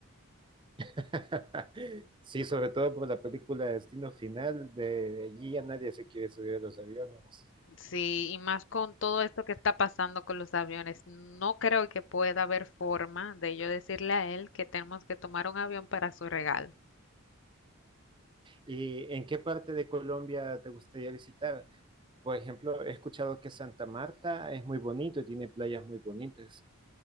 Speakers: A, on the right; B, on the left.
A: <laughs> Sí, sobre todo por la película Destino Final, de allí a nadie se quiere subir a los aviones.
B: Sí, y más con todo esto que está pasando con los aviones, no creo que pueda haber forma de yo decirle a él que tenemos que tomar un avión para su regalo.
A: ¿Y en qué parte de Colombia te gustaría visitar? Por ejemplo, he escuchado que Santa Marta es muy bonito y tiene playas muy bonitas.